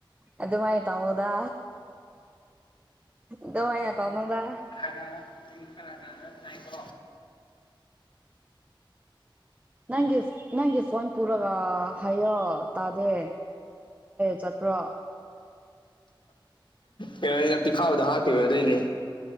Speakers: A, on the right (about 15°); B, on the left (about 65°).
A: ꯑꯗꯨꯃꯥꯏꯅ ꯇꯧꯅꯨꯗ ꯑꯗꯨꯃꯥꯏꯅ ꯇꯧꯅꯨꯗ
B: ꯀꯂꯥ ꯀꯂꯥꯀꯔ ꯇꯥꯏꯣ
A: ꯅꯪꯒꯤ ꯅꯪꯒꯤ ꯐꯣꯟ ꯄꯨꯔꯒ ꯍꯥꯏꯌꯣ ꯇꯥꯗꯦ ꯆꯠ ꯄꯨ꯭ꯔꯣ
B: ꯀꯩꯅꯣꯩꯅ ꯄꯤꯈꯥꯎꯗ ꯍꯥꯞꯈꯤꯕ ꯑꯗꯨꯏꯅꯦ